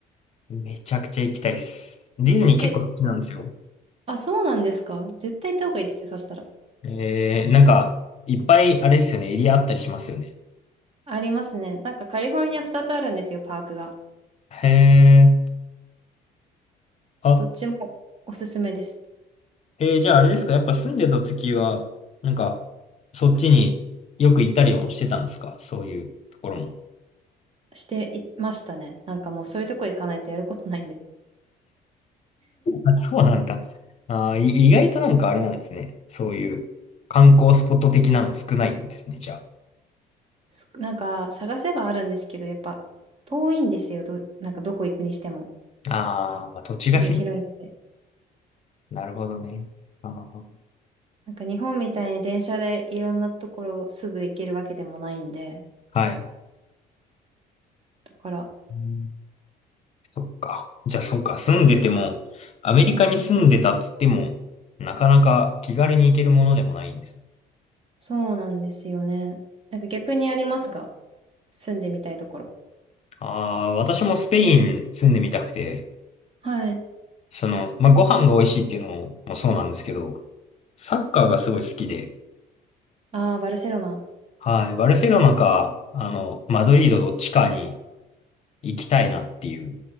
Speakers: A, on the left (about 40°); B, on the right (about 35°).
A: めちゃくちゃ行きたいっす。ディズニー結構好きなんですよ。
B: チケット。あ、そうなんですか絶対行った方がいいですよ、そしたら。
A: えー、なんか、いっぱい、あれですよね、エリアあったりしますよね。
B: ありますね。なんかカリフォルニア2つあるんですよ、パークが。
A: へえ。あ
B: どっちもおすすめです。
A: えー、じゃああれですか、やっぱ住んでた時は、なんか、そっちによく行ったりもしてたんですかそういうところも。
B: していましたね。なんかもうそういうとこ行かないとやることないんで。
A: あ、そうなんだ。あー、い意外となんかあれなんですね。そういう観光スポット的なの少ないんですね、じゃ
B: すなんか探せばあるんですけど、やっぱ遠いんですよ。ど、なんかどこ行くにしても。
A: あ。あー、まあ、土地が広
B: 土地が広いんで。
A: い。なるほどね。あー、
B: なんか日本みたいに電車でいろんなところすぐ行けるわけでもないんで。
A: はい。
B: だから、
A: うんそっか。じゃあ、そうか。住んでても、アメリカに住んでたっつっても、なかなか気軽に行けるものでもないんですね。
B: そうなんですよね。なんか逆にありますか住んでみたいところ。
A: ああ、私もスペイン住んでみたくて、
B: はい。
A: その、まあ、ご飯が美味しいっていうのもそうなんですけど、サッカーがすごい好きで、
B: ああ、バルセロナ。
A: はい、バルセロナか、あの、マドリードどっちかに行きたいなっていう